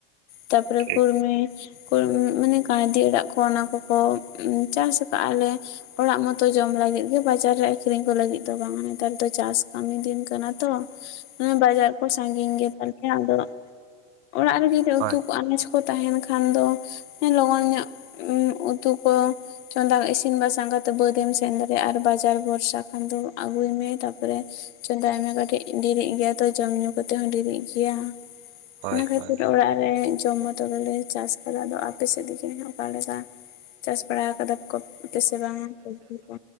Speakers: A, on the left; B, on the right.
A: ᱛᱟᱨᱯᱚᱨᱮ
B: ᱴᱷᱤᱠ
A: ᱠᱩᱲᱢᱤ᱾ ᱢᱟᱱᱮ ᱠᱟᱭᱫᱤ ᱟᱲᱟᱜ ᱠᱚ ᱚᱱᱟ ᱠᱚᱠᱚ ᱪᱟᱥ ᱟᱠᱟᱜ ᱟᱞᱮ᱾ ᱚᱲᱟᱜ ᱢᱚᱛᱚ ᱡᱚᱢ ᱞᱟᱹᱜᱤᱫ ᱜᱮ ᱵᱟᱡᱟᱨ ᱨᱮ ᱟᱠᱷᱨᱤᱧ ᱠᱚ ᱞᱟᱹᱜᱤᱫ ᱫᱚ ᱵᱟᱝᱼᱟ ᱱᱮᱛᱟᱨ ᱫᱚ ᱪᱟᱥ ᱠᱟᱹᱢᱤ ᱫᱤᱱ ᱠᱟᱱᱟ ᱛᱚ᱾ ᱵᱟᱡᱟᱨ ᱠᱚ ᱥᱟᱹᱜᱤᱧ ᱜᱮᱛᱟᱞᱮᱭᱟ ᱟᱫᱚ ᱚᱲᱟᱜ ᱨᱮᱜᱨ ᱞᱮ
B: ᱦᱳᱭ
A: ᱩᱛᱩ᱾ ᱠᱚ ᱟᱱᱟᱡ ᱠᱚ ᱛᱟᱦᱮᱱ ᱠᱷᱟᱱ ᱫᱚ ᱞᱚᱜᱚᱱ ᱧᱚᱜ ᱩᱛᱩ ᱠᱚ᱾ ᱪᱚᱸᱫᱟ ᱤᱥᱤᱱ ᱵᱟᱥᱟᱝ ᱠᱟᱛᱮ ᱵᱟᱹᱫᱢ ᱥᱮᱱ ᱫᱟᱲᱮᱭᱟᱜᱼᱟ ᱟᱨ ᱵᱟᱡᱟᱨ ᱵᱷᱚᱨᱥᱟᱼᱼ ᱠᱷᱟᱱ ᱫᱚ ᱟᱹᱜᱩᱭ ᱢᱮ ᱛᱟᱨᱯᱚᱨᱮᱼᱼ ᱪᱚᱸᱫᱟᱭ ᱟᱭᱢᱟ ᱠᱟᱹᱴᱤᱡ ᱰᱮᱨᱤᱜ ᱜᱮᱭᱟ ᱛᱚ ᱡᱚᱢ ᱧᱩᱩ ᱠᱟᱛᱮᱮᱫ ᱦᱚᱸ ᱰᱮᱨᱤᱜ ᱜᱮᱭᱟ᱾
B: ᱦᱳᱭ
A: ᱚᱱᱟ ᱠᱷᱟᱹᱛᱤᱨ
B: ᱦᱳᱭ
A: ᱚᱲᱟᱜ ᱨᱮᱼᱼ ᱡᱚᱢ ᱢᱚᱛᱚ ᱜᱮᱞᱮ ᱪᱟᱥ ᱟᱠᱟᱫᱟ ᱟᱫᱚ ᱟᱯᱮ ᱥᱮᱫ ᱜᱮᱜᱮ ᱚᱠᱟᱞᱮᱠᱟ ᱪᱟᱥ ᱵᱟᱲᱟ ᱟᱠᱟᱫᱟ᱾ <unintelligible> ᱛᱮᱥᱮ ᱵᱟᱝ ᱥᱚᱵᱡᱤ ᱠᱚ